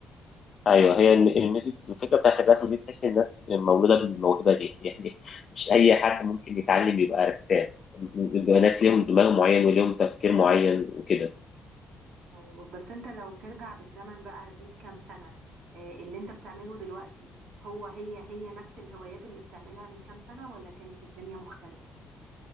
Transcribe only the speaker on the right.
مظبوط
مظبوط بس انت لو ترجع بالزمن بقى بيك كام سنة آه، اللي انت بتعمله دلوقتي هو هي هي نفس الهوايات اللي بتعملها من كام سنة ولا كانت الدنيا مختلفة